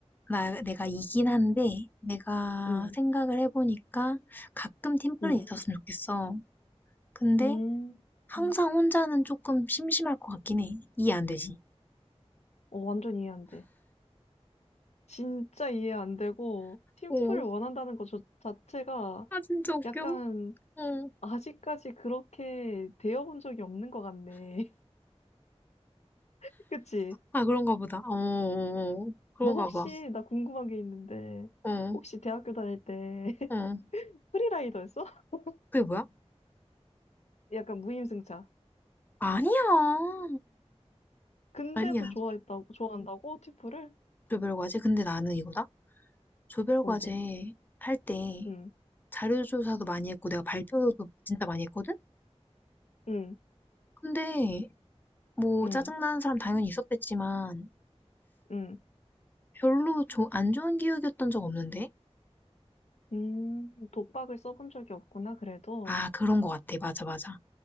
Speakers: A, on the left; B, on the left.
A: 나, 내가 이긴 한데, 내가
B: 응,
A: 생각을 해보니까 가끔 팀플은
B: 응,
A: 있었으면 좋겠어. 근데
B: 응.
A: 항상
B: 응.
A: 혼자는 조금 심심할 것 같긴 해. 이해 안 되지?
B: 어, 완전 이해 안 돼. 진짜 이해 안 되고, 팀플을
A: 어,
B: 원한다는 것 저- 자체가
A: 아, 진짜 웃겨.
B: 약간
A: 어.
B: 아직까지 그렇게 되어본 적이 없는 것 같네. <laughs> 그치?
A: 아, 그런가 보다. 어, 어, 어. 그런가
B: 너 혹시
A: 봐.
B: 나 궁금한 게 있는데
A: 어,
B: 혹시 대학교 다닐 때 <laughs>
A: 어.
B: 프리라이더였어? <laughs>
A: 그게 뭐야?
B: 약간 무임승차.
A: 아니야.
B: 근데
A: 아니야.
B: 또 좋아했다고 좋아한다고 티프를?
A: 조별과제? 근데 나는 이거다. 조별과제
B: 뭔데?
A: 할 때
B: 응,
A: 자료조사도 많이 했고 내가 발표도 진짜 많이 했거든?
B: 응,
A: 근데 뭐
B: 응,
A: 짜증나는 사람 당연히 있었겠지만
B: 응.
A: 별로 조, 안 좋은 기억이었던 적 없는데?
B: 음, 독박을 써본 적이 없구나, 그래도.
A: 아, 그런 거 같아. 맞아, 맞아.